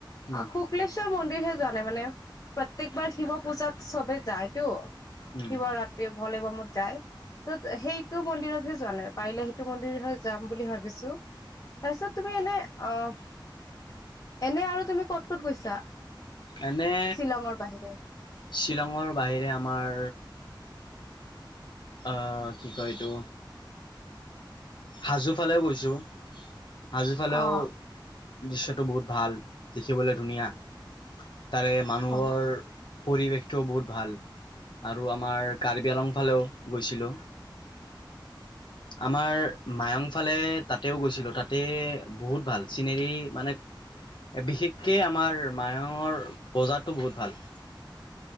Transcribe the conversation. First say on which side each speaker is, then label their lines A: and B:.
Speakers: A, on the left; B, on the left.
A: উম
B: আ' শুক্লেশ্বৰ মন্দিৰ হে যোৱা নাই মানে, প্ৰত্যেকবাৰ শিৱ পূজাত চবে যায়তো,
A: উম
B: শিব ৰাত্ৰি, ভলে বমত যায়। ত সেইটো মন্দিৰতহে যোৱা নাই, পাৰিলে সেইটো মন্দিৰ হয় যাম বুলি ভাবিছো। তাৰপিছত তুমি এনে, অ', এনে আৰু তুমি ক'ত ক'ত গৈছা?
A: এনে,
B: শ্বিলঙৰ বাহিৰে
A: শ্বিলঙৰ বাহিৰে আমাৰ অ', কি কয় এইটো? হাজোফালেও গৈছোঁ, হাজোফালেও
B: অ
A: দৃশ্যটো বহুত ভাল, দেখিবলৈ ধুনীয়া, তাৰে মানুহৰ।
B: অ
A: পৰিৱেশটোও বহুত ভাল, আৰু আমাৰ কাৰ্বি আলং ফালেও গৈছিলোঁ। আমাৰ মায়ংফালে তাতেও গৈছিলোঁ, তাতে বহুত ভাল, চিনেৰী মানে বিশেষকে আমাৰ মায়ঙৰ বজাৰটো বহুত ভাল।